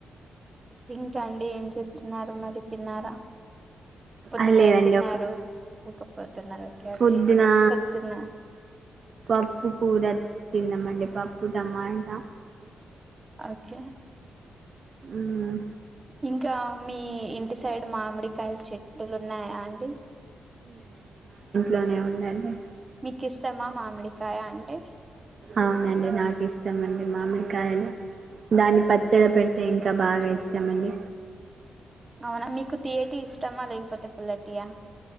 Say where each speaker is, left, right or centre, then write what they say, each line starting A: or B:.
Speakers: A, on the right (about 25°); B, on the right (about 50°).
A: ఇకాండి ఏం చేస్తున్నారు మరి తిన్నారా పొద్దున్న
B: అ లేదండి
A: ఏం తిన్నారు
B: ఒక
A: ఇంకా పొద్దున్నారు ఓకే
B: పొద్దునా
A: ఓకే పొద్దున్న
B: పప్పు కూర తింన్నామండి పప్పు టమాట
A: ఓకే
B: మ్మ్
A: ఇంకా మీ ఇంటి అంటె మామిడికాయల చెట్టులు ఉన్నాయా అండి
B: లోనే ఉందండి
A: మీకు ఇష్ట మా మామిడికాయ అంటే
B: అవునండి నాకు ఇష్టం అండి మామిడికాయలు దాన్ని పచ్చడి పెడితే ఇంకా బాగా ఇష్టమ అండి
A: అవునా మీకు తియ్యటి ఇష్టమా లేకపోతే పుల్లటియా